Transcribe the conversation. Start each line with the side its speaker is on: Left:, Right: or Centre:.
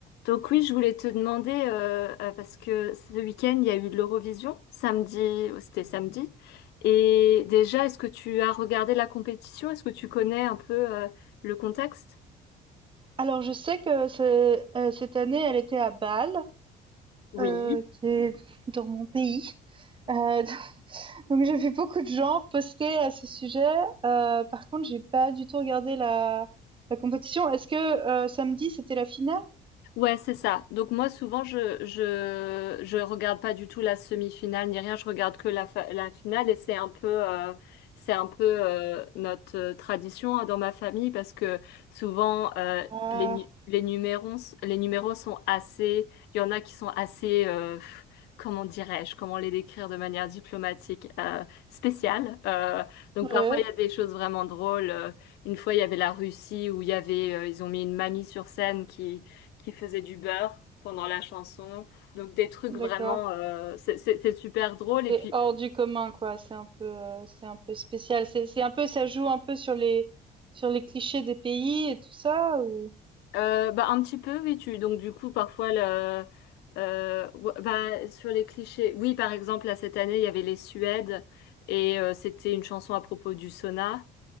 Left: Donc oui, je voulais te demander, euh, euh, parce que ce week-end, il y a eu de l'Eurovision, samedi, euh, c'était samedi. Et déjà, est-ce que tu as regardé la compétition? Est-ce que tu connais un peu, euh, le contexte?
Right: Alors je sais que ce- heu, cette année, elle était à Bâle,
Left: Oui.
Right: heu, qui est dans mon pays. Heu, <laughs> donc j'ai vu beaucoup de gens poster à ce sujet. Heu, par contre, j'ai pas du tout regardé la la compétition. Est-ce que, heu, samedi, c'était la finale?
Left: Ouais, c'est ça. Donc moi, souvent, je je je regarde pas du tout la semi-finale ni rien. Je regarde que la fa- la finale et c'est un peu euh, c'est un peu euh, notre euh, tradition hein, dans ma famille parce que souvent euh,
Right: Ah,
Left: les nu- les numéros les numéros sont assez. Il y en a qui sont assez euh, pff, comment dirais-je, comment les décrire de manière diplomatique euh, spéciale. Euh, donc
Right: ouais,
Left: parfois il y a des choses vraiment drôles. Euh, Une fois, il y avait la Russie où il y avait euh, ils ont mis une mamie sur scène qui qui faisait du beurre pendant la chanson. Donc des trucs vraiment,
Right: d'accord.
Left: euh, c'est c'est- c'est super drôle.
Right: C'est
Left: Et puis,
Right: hors du commun, quoi. C'est un peu, heu, c'est un peu spécial. C'est c'est un peu ça joue un peu sur les sur les clichés des pays et tout ça ou?
Left: euh, bah, un petit peu, oui, tu, donc du coup, parfois, le, euh, ouais, bah, sur les clichés, oui, par exemple, là, cette année, il y avait les Suèdes et euh, c'était une chanson à propos du sauna.